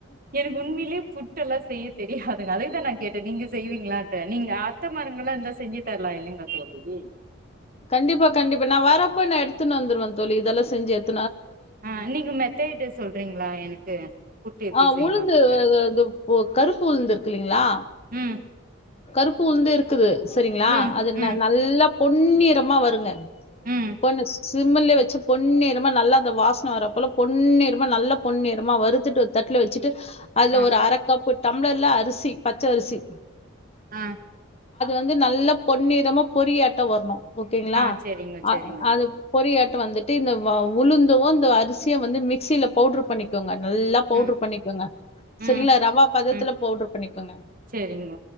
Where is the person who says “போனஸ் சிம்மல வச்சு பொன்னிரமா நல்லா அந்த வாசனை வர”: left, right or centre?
Left